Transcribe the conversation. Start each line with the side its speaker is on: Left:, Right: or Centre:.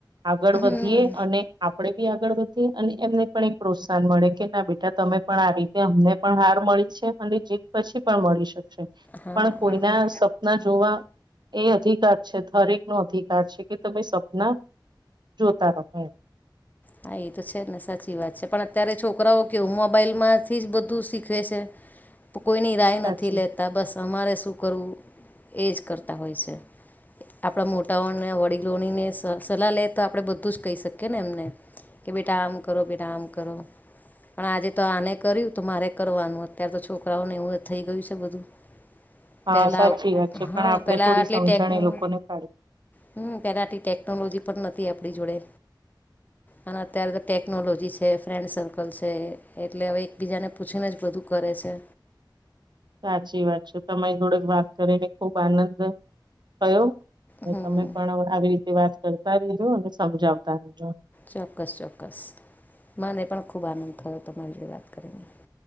Right: આગળ
Left: હમ
Right: વધીએ અને આપણેે બી આગળ વધીએ અને એમને પણ એક પ્રોત્સાહન મળે કે ના બેટા તમે પણ આ રીતે અમને પણ હાર મળી છે અને જીત પછી પણ મળી શકશે.
Left: હા
Right: પણ કોઈ
Left: હા
Right: ના સપ ના જોવા એ અધિકાર છે હરેક નો અધિકાર છે કે તમે સપના જોતા રહો એમ.
Left: હા એ તો છે ને સાચી વાત છે પણ અત્યારે છોકરાઓ કેવું મોબાઈલમાંથી જ બધું શીખવે છે. પ કોઈ ની રાઈ
Right: સાચી
Left: નથી લેતા. બસ અમારે શું કરવું એ જ કરતાં હોય છે? આપણા મોટાઓણને વડીલોની ને સલ સલાહ લે તો આપણે બધું જ કહી શકીએ ને એમને. કે બેટા આમ કરો બેટા આમ કરો. પણ આજે તો આને કર્યું તો મારે કરવાનું અત્યારે તો છોકરાઓને એવું થઈ ગયું છે બધું.
Right: હા
Left: પહેલા
Right: સાચી વાત છે
Left: હા,
Right: પણ આપણે
Left: પહેલા
Right: થોડી
Left: આટલી
Right: સમજણ
Left: ટેકનું
Right: એ લોકોને પાડી
Left: હમ. પહેલા આટલી ટેકનોલોજી પણ નથી, આપણી જોડે. અને અત્યારે તો ટેકનોલોજી છે. ફ્રેન્ડ સર્કલ છે. એટલે હવે, એકબીજાને પૂછીને જ બધું કરે છે.
Right: સાચી વાત છે. તમારી જોડે વાત કરીને, ખુબ આનંદ થયો. તો
Left: હમ
Right: તમે પણ આવી રીતે વાત કરતા રહીજો અને સમજાવતા રહજો.
Left: ચોક્કસ, ચોક્કસ મને પણ ખૂબ આનંદ થયો, તમારી જોડે વાત કરીને.